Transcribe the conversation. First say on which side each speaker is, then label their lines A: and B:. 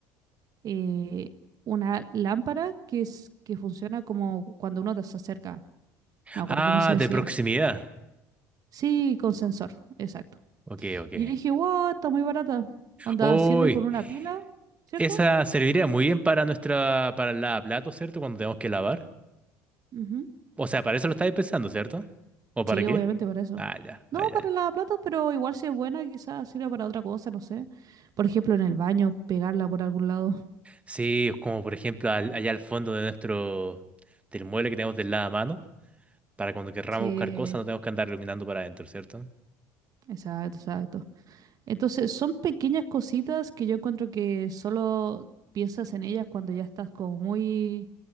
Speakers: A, on the right; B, on the right.
A: eh, una lámpara que, es, que funciona como cuando uno se acerca. No me acuerdo
B: Ah,
A: cómo se decía.
B: de proximidad.
A: Sí, con sensor, exacto.
B: Ok, ok.
A: Y yo dije, wow, está muy barata. Onda,
B: Uy.
A: sirve con una pila, ¿cierto?
B: Esa serviría muy bien para nuestra, para la plato, ¿cierto? Cuando tenemos que lavar.
A: Ujú.
B: O sea, para eso lo estáis pensando, ¿cierto? ¿O para
A: Sí,
B: qué?
A: obviamente para eso.
B: Ah, ya,
A: No,
B: ah, ya,
A: para
B: ya.
A: el lavaplatos, pero igual si es buena, quizás sirva para otra cosa, no sé. Por ejemplo, en el baño, pegarla por algún lado.
B: Sí, es como por ejemplo al- allá al fondo de nuestro, del mueble que tenemos del lavamano, para cuando querramos
A: Sí,
B: buscar cosas no tenemos que andar iluminando para adentro, ¿cierto?
A: exacto, exacto. Entonces, son pequeñas cositas que yo encuentro que solo piensas en ellas cuando ya estás como muy